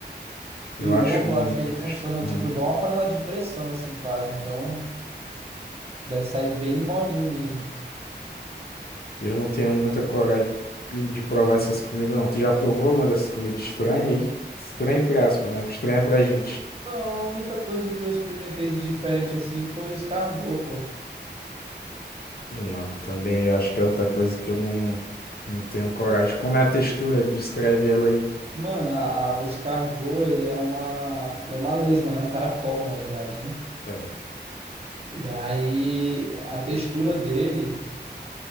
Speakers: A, on the left; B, on the right.
A: Eu
B: E o
A: acho
B: ovo,
A: muito
B: eu acho que ele funciona
A: estranho.
B: tipo igual uma panela de pressão, assim, quase. Então, deve sair bem molinho mesmo.
A: Eu não tenho muita coragem de provar essas comidas, não. Tu já provou alguma dessas comidas estranhas aí? Estranha, entre aspas, né? Estranha pra gente.
B: Não, a única coisa que eu experimentei de diferente assim foi os cargô, pô.
A: Não, também eu acho que é outra coisa que eu não, não tenho coragem. Como é a textura? Descreve ela aí.
B: Mano, a, a- os cargô, ele é uma, ele é uma lesma, né? Um caracol, na verdade, né?
A: É.
B: E aí a textura dele